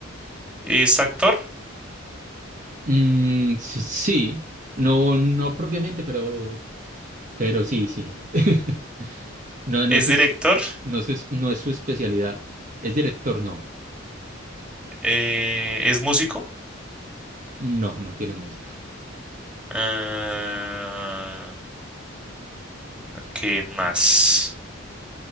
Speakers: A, in the centre; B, on the right (about 40°).
A: es actor,
B: Mm, sí, sí. no, no propiamente, pero, pero sí, sí. <laughs> No, no
A: es
B: es, su
A: director,
B: es- no es, su es- no es su especialidad. ¿Es director? No,
A: eh, es músico.
B: no, no tiene música.
A: Ah, ¿qué más?